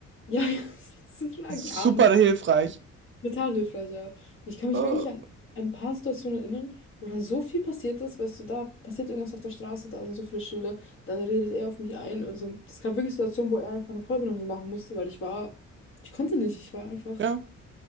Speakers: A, on the left; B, on the right.
A: Ja, ja, <laughs> das ist mal
B: das ist
A: gar
B: super
A: nicht
B: hilfreich.
A: gut. Total hilfreich, ja. Und ich kann mich
B: Äh,
A: wirklich an ein paar Situationen erinnern, wo dann so viel passiert ist, weißt du, da passiert irgendwas auf der Straße, da sind so viele Schilder, dann redet er auf mich ein. Also, es gab wirklich Situationen, wo er einfach eine Vollbremsung machen musste, weil ich war, ich konnte nicht, ich war einfach
B: ja.